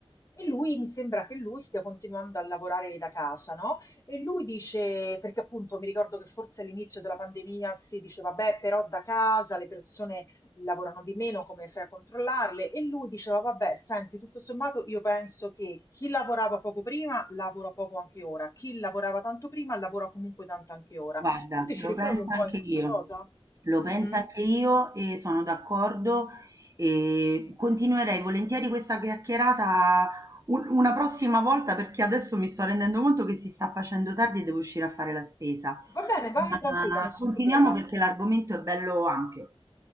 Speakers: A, on the left; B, on the right.
A: e lui mi sembra che lui stia continuando a lavorare da casa, no? E lui dice, perché appunto mi ricordo che forse all'inizio della pandemia si diceva, beh, però da casa le persone lavorano di meno, come fai a controllarle? E lui diceva, vabbè, senti, tutto sommato io penso che chi lavorava poco prima lavora poco anche ora, chi lavorava tanto prima lavora comunque tanto anche ora.
B: Guarda,
A: Tu ti ci
B: lo
A: ritrovi
B: penso
A: un
B: anche
A: po' in questa
B: io,
A: cosa?
B: lo penso
A: Mhm.
B: anche io e sono d'accordo e continuerei volentieri questa chiacchierata un- una prossima volta perché adesso mi sto rendendo conto che si sta facendo tardi e devo uscire a fare la spesa.
A: Va bene, vai
B: Ma
A: tranquilla, nessun
B: continuiamo
A: problema,
B: perché l'argomento è bello ampio.